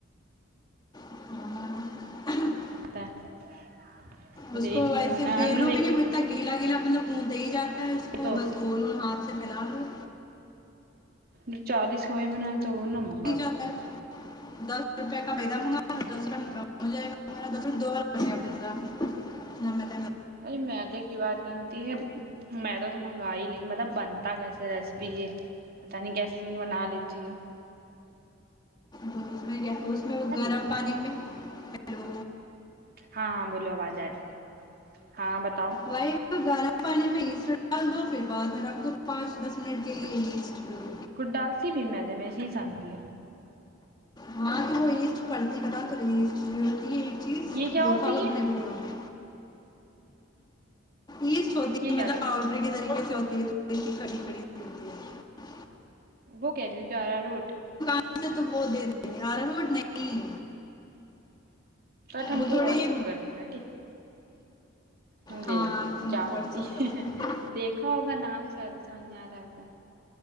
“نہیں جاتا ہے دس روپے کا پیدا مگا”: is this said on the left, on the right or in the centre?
Left